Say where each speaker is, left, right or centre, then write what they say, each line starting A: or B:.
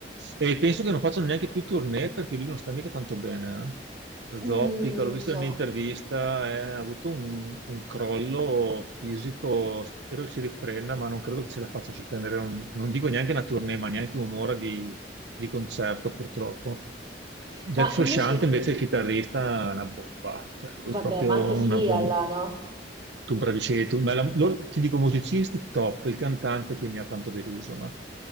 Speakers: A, on the right; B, on the right.
A: E penso che non facciano neanche più tournée perché lui non sta mica tanto bene. eh.
B: Mm,
A: Zoppica,
B: non
A: l'ho
B: lo
A: visto
B: so.
A: in un'intervista, eh, ha avuto un, un crollo fisico, spero che si riprenda, ma non credo che ce la faccia a sostenere, un- non dico neanche una tournée, ma neanche un'ora di, di concerto purtroppo. Jack
B: Ma
A: Frusciante
B: invece,
A: invece è il chitarrista è una bomba, cioè lui
B: vabbè,
A: è proprio
B: ma anche Flea
A: una bomba.
B: là, no?
A: Tu bravi sei tu, ma la- loro, ti dico musicisti top, il cantante che mi ha tanto deluso,